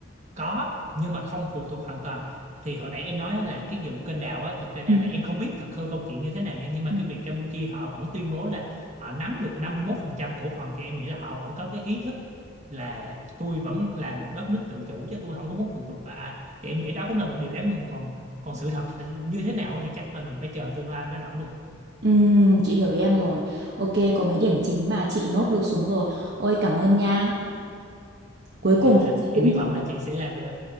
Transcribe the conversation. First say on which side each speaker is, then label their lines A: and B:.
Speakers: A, on the right; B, on the right.
A: có nhưng mà không phụ thuộc hoàn toàn thì hồi nãy em nói á là cái vụ kênh đào á thực ra
B: ừ
A: là em không biết thật hư câu chuyện như thế nào nha nhưng mà
B: ừ.
A: cái việc Campuchia họ vẫn tuyên bố là họ nắm được 51% cổ phần thì em nghĩ là họ vẫn có cái ý thức là tôi vẫn là một đất nước tự chủ chứ tôi không có muốn phụ thuộc vào ai thì em nghĩ đó cũng là một điều đáng mừng còn còn sự thật như thế nào ấy thì chắc là mình phải chờ tương lai mới rõ được
B: Ừm, chị hiểu ý em rồi. Ok, có mấy điểm chính mà chị nốt được xuống rồi. Ôi cảm ơn nha. Cuối
A: dạ
B: cùng thì chị cũng
A: em hy vọng là chị sẽ làm được